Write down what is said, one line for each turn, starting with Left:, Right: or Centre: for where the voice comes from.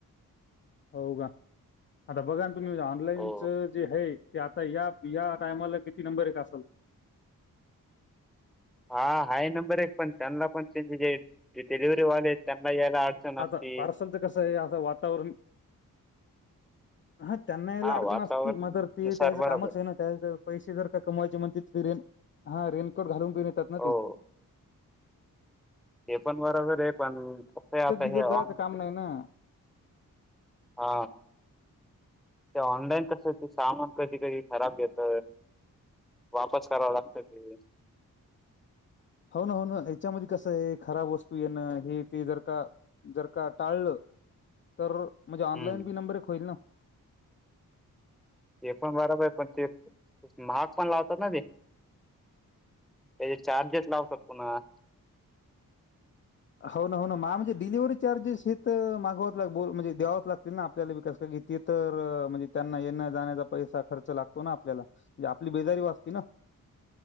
Left: हो का आता बघा तुम्ही ऑनलाईनच
Centre: हो
Left: जे हाय ते आता या या टायमाला किती नंबर एक असेल
Centre: हा हाय नंबर एक पण त्यांना पण त्याचे जे डिलिव्ही वाले आहेत त्यांना यायला अडचण
Left: आता
Centre: असती
Left: पार्सलच कसं आहे आता वातावरण हा त्यांना याला
Centre: हा
Left: अडचण
Centre: वातावरण
Left: असतील मगर ते
Centre: नुसार
Left: त्यायचं
Centre: बरोबर
Left: कामच आहे ना त्याचं पैसे जर का कमावायचे म्हणते ते रेन हा रेनकोट घालून घेऊन येतात ना
Centre: हो
Left: ते
Centre: ते पण बरोबर आहे पण कसं आहे आता
Left: एकजनाचा
Centre: हे ऑन
Left: काम नाही ना
Centre: हा ते ऑनलाईन कस ते सामान कधी कधी खराब येत वापस करावा लागतं ते
Left: होना होना याच्यामध्ये कसं आहे खराब वस्तू येणं हे ते जर का जर का टाळलं तर म्हणजे ऑनलाईन
Centre: हम्म
Left: बी नंबर एक होईल ना
Centre: ते पण बराबर आहे पण ते महाग पण लावतात ना ते त्याचे चार्जेस लावतात पुन्हा
Left: होना होना माझ्या मते डिलिव्हरी चार्जेस हे त मागावावेच लागतील म्हणजे द्यावच लागतील ना आपल्याला बी कस काय ते तर म्हणजे त्यांना येना जाण्याचा पैसा खर्च लागतो ना आपल्याला म्हणजे आपली बेजारी वाचते ना.